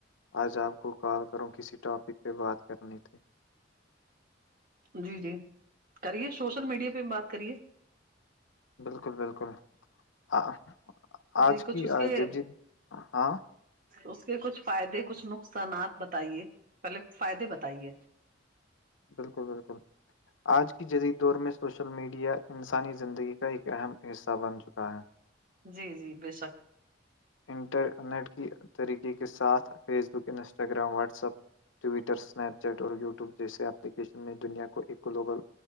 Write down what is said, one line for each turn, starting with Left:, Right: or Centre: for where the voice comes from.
Left: آج آپ کو کال کروں کسی ٹاپک پہ بات کرنی تھی
Right: جی جی کریے سوشل میڈیا پہ بات کریے
Left: بالکل بالکل ا آج
Right: جی
Left: کی
Right: کچھ اس
Left: آ
Right: کے
Left: ج جی ہاں
Right: اس کے کچھ فائدے کچھ نقصانات بتائیے پہلے فائدے بتائیے
Left: بالکل بالکل آج کی جدید دور میں سوشل میڈیا انسانی زندگی کا ایک اہم حصہ بن چکا ہے
Right: جی جی بیشک
Left: انٹرنیٹ کی طریقے کے ساتھ Facebook Instagram WhatsApp Twitter Snapchat اور یوٹیوب جیسے ایپلیکشن میں دنیا کو ایک گلوبل